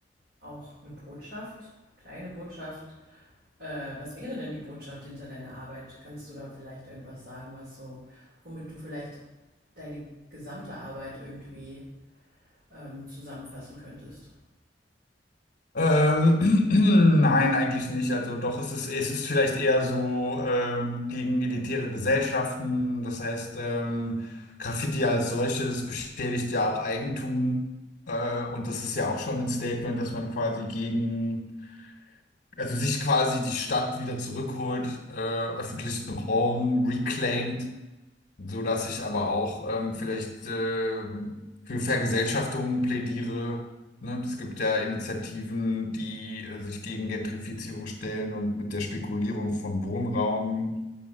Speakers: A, on the right; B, on the left.
A: auch eine Botschaft, kleine Botschaft. Äh, was wäre denn die Botschaft hinter deiner Arbeit? Kannst du da vielleicht irgendwas sagen, was so, womit du vielleicht deine gesamte Arbeit irgendwie ähm, zusammenfassen könntest?
B: Ähm, <clears throat> nein, eigentlich nicht. Also doch, es ist, es ist vielleicht eher so ähm, gegen elitäre Gesellschaften. Das heißt, ähm, Graffiti als solches beschädigt ja auch Eigentum. Äh, und das ist ja auch schon ein Statement, dass man quasi gegen, also sich quasi die Stadt wieder zurückholt, äh, öffentlichen Raum reclaimt so dass ich aber auch ähm, vielleicht äh, für Vergesellschaftungen plädiere. Ne? Es gibt ja Initiativen, die äh, sich gegen Gentrifizierung stellen und mit der Spekulierung von Wohnraum